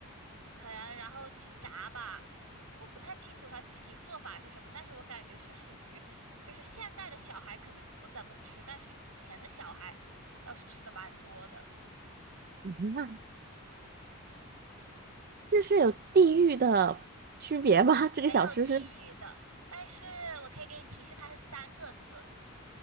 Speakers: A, on the right; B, on the right.
A: 可能然后去炸吧。我不太清楚它具体做法是什么，但是我感觉是属于，就是现在的小孩可能就不怎么吃，但是以前的小孩倒是吃的蛮多的，
B: 那这是有地域的区别吧？<laughs> 这个小吃是
A: 没有地域的。但是我可以给你提示，它是三个字，